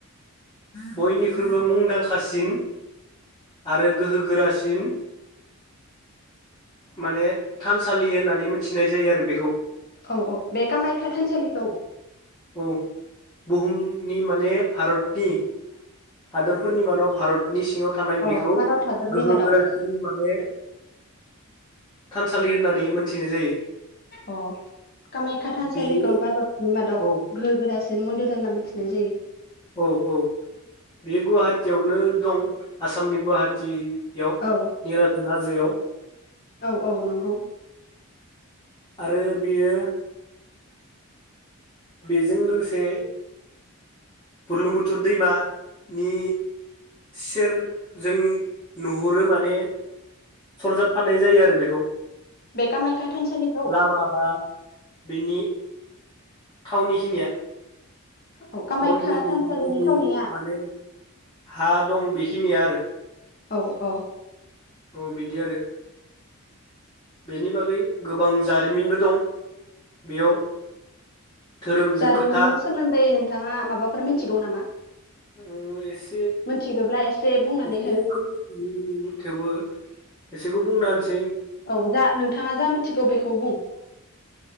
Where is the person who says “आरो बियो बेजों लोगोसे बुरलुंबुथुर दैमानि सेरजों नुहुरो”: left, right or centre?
Left